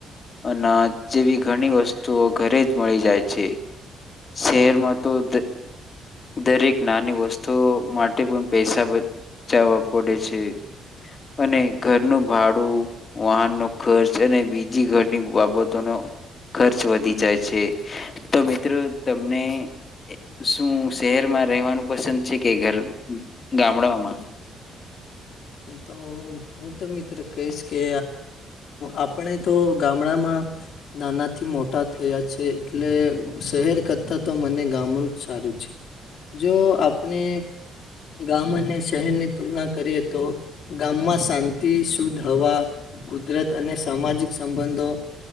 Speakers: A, on the left; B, on the left.
A: અનાજ, જેવી ઘણી વસ્તુઓ ઘરે જ મળી જાય છે.
B: હા
A: શેરમાં દ દરેક નાની વસ્તુઓ માટે પણ પૈસા બચાવવા પડે છે. અને ઘરનું ભાડું, વાહનનો ખર્ચ અને બીજી ઘરની બાબતોનો ખર્ચ વધી જાય છે. તો મિત્રો તમને શું શહેરમાં રહેવાનું પસંદ છે, કે ઘર ગામડાઓમાં?
B: તો હું તો મિત્ર કહીશ કે આપ તો ગામડામાં નાનાથી મોટા થયા છે, એટલે શહેર કરતા મને ગામડું જ સારું છે, જો આપણે ગામ અને શહેર ની તુલના કરી હતી ગામમાં શાંતિ, શુદ્ધ હવા, કુદરત અને સામાજિક સંબંધો